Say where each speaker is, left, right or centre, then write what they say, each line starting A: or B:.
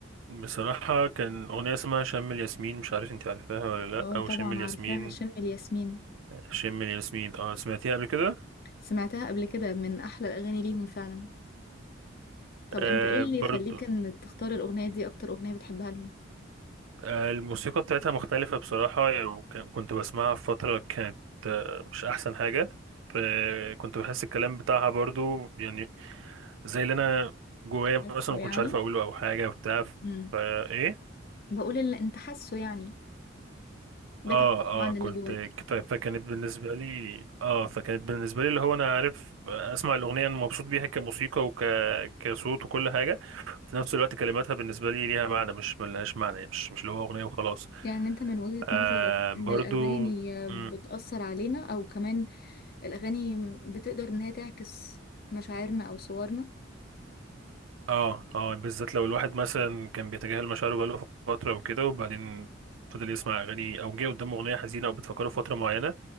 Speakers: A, on the right; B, on the left.
A: مم. بصراحة كان أغنية اسمها شم الياسمين مش عارف انت عارفاها ولا لأ
B: اه
A: أو
B: طبعا
A: شم الياسمين
B: عارفاها شم الياسمين
A: شم الياسمين اه سمعتيها قبل كده؟
B: سمعتها قبل كده من أحلى الأغاني ليهم فعلا طب
A: آه
B: انت ايه اللي
A: برضو
B: يخليك ان تختار الأغنية دي أكتر أغنية بتحبها لهم؟
A: آه الموسيقى بتاعتها مختلفة بصراحة يعني وك- كنت بسمعها في فترة كانت آه مش أحسن حاجة فكنت بحس الكلام بتاعها برضو يعني زي اللي أنا جوايا
B: حاسه
A: مثلا ما
B: يعني؟
A: كنتش عارف أقوله أو حاجة وبتاع
B: امم
A: فإيه
B: بقول اللي انت حاسه يعني
A: اه
B: بتعبر عن
A: اه كنت
B: اللي جواك
A: ف- فكانت بالنسبة لي اه فكانت بالنسبة لي اللي هو أنا عارف أسمع الأغنية أنا مبسوط بيها كموسيقى وك كصوت وكل حاجة في نفس الوقت كلماتها بالنسبة لي ليها معنى مش ملهاش معنى يعني مش مش اللي هو أغنية وخلاص
B: يعني انت من وجهة
A: آه
B: نظرك
A: برضو
B: ان الأغاني آه،
A: مم،
B: بتأثر علينا او كمان الأغاني بتقدر إن هي تعكس مشاعرنا أو صورنا
A: اه اه بالذات لو الواحد مثلا كان بيتجاهل مشاعره بقاله فترة وكده وبعدين فضل يسمع أغاني أو جه قدامه أغنية حزينة أو بتفكره في فترة معينة